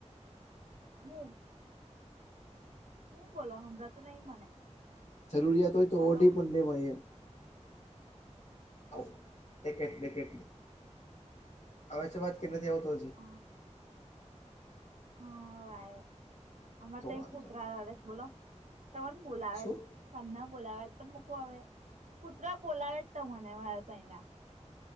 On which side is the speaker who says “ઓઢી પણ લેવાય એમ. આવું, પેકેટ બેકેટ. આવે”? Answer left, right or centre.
Left